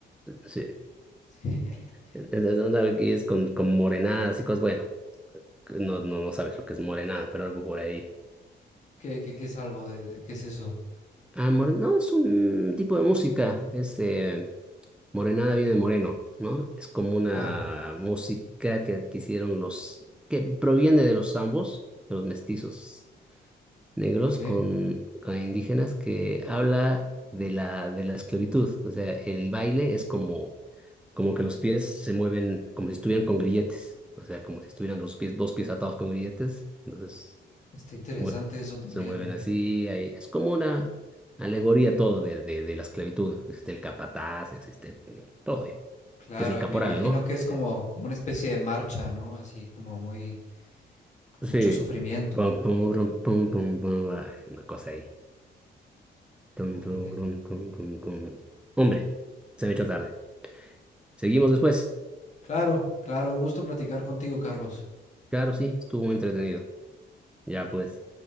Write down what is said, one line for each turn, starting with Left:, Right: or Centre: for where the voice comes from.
Centre: Sí.
Left: <laughs>
Centre: Entonces, onda aquí es con, con morenadas y cosas, bueno, no, no, no sabes lo que es morenada, pero algo por ahí.
Left: ¿Qué, qué, qué es algo de, de- qué es eso?
Centre: Ah, more- no, es un tipo de música, es, eh, Morenada viene de moreno, ¿no? Es como una
Left: Claro,
Centre: música que, que hicieron los, que proviene de los zambos, de los mestizos negros
Left: ok.
Centre: con, con indígenas, que habla de la, de la esclavitud. O sea, el baile es como, como que los pies se mueven como si estuvieran con grilletes. O sea, como si estuvieran los pies, dos pies atados con grilletes. Entonces,
Left: Está interesante
Centre: mue-
Left: eso también,
Centre: se mueven
Left: ¿eh?
Centre: así. ahí- Es como una alegoría
Left: Como,
Centre: todo de, de, de la esclavitud. Existe el capataz, existe todo
Left: claro,
Centre: que es el caporal,
Left: y me imagino
Centre: ¿no?
Left: que es
Centre: Eh,
Left: como, como una especie de marcha, ¿no? Así como muy, con
Centre: sí.
Left: mucho sufrimiento.
Centre: Pum, pum, rum, pum, pum, pum, ah, una cosa ahí. Tum,
Left: Órale.
Centre: tum, rum, tum, tum, tum. Hombre, se me echó tarde. Seguimos después.
Left: Claro, claro, un gusto platicar contigo, Carlos.
Centre: Claro, sí, estuvo entretenido. Ya pues.